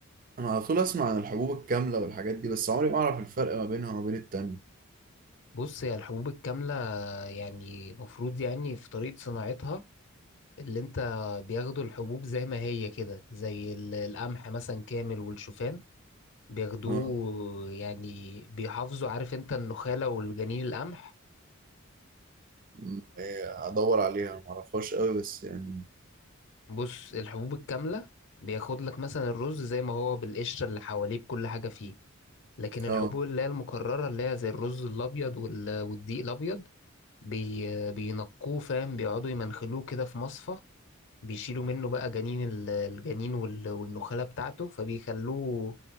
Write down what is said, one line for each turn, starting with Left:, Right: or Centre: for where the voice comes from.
Right: انا على طول اسمع عن الحبوب الكاملة والحاجات دي بس عمري ما اعرف الفرق ما بينها وما بين التانية
Left: بص هي الحبوب الكاملة آه، يعني مفروض يعني في طريقة صناعتها اللي انت بياخدوا الحبوب زي ما هي كده زي ال- القمح مثلا كامل والشوفان بياخدوه
Right: اه
Left: يعني بيحافظوا عارف انت النخالة والجنين القمح
Right: م- إيه، ادور عليها ما اعرفهاش قوي بس يعني
Left: بص الحبوب الكاملة بياخد لك مثلا الرز زي ما هو بالقشرة اللي حواليه بكل حاجة فيه لكن الحبوب
Right: اه
Left: اللي هي المكررة اللي هي زي الرز الأبيض وال- والدقيق الأبيض بي بينقوه فاهم بيقعدوا يمنخلوه كده في مصفى بيشيلوا منه بقى جنين ال- الجنين وال- والنخالة بتاعته فبيخلوه